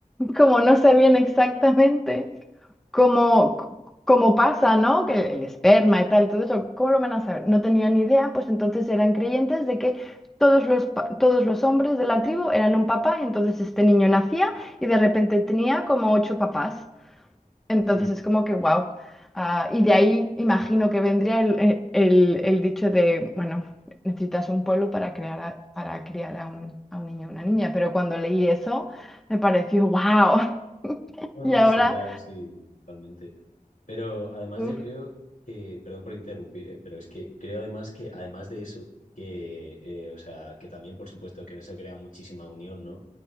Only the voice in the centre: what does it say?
Como no sabían exactamente como, como pasa, ¿no? Que el esperma y tal, todo eso, ¿cómo lo van a saber? No tenían ni idea, pues entonces eran creyentes de que todos los, pa- todos los hombres de la tribu eran un papá, y entonces este niño nacía y de repente tenía como ocho papás. Entonces
es como que, wow. y de ahí imagino que vendría el, eh, el- el dicho de, bueno, necesitas un pueblo para crear a- para criar a un, a un niño o una niña, pero cuando leí eso me pareció, wow. <laughs>
Y ahora,
uf,